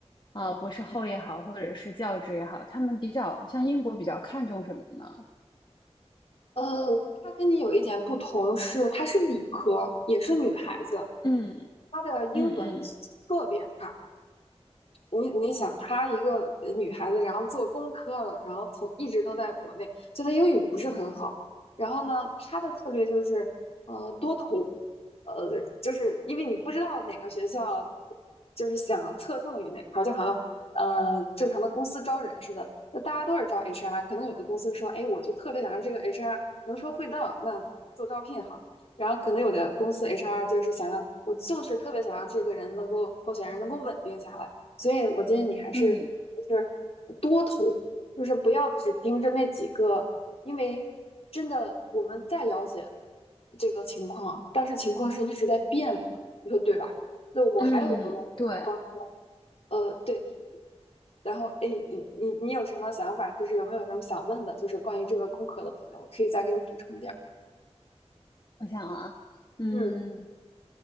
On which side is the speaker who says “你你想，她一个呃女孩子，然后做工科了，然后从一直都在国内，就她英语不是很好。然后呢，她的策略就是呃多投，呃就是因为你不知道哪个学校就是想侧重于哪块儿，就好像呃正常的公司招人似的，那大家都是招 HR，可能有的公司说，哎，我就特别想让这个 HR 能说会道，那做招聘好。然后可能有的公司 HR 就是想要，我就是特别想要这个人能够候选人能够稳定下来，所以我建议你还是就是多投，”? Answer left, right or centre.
Left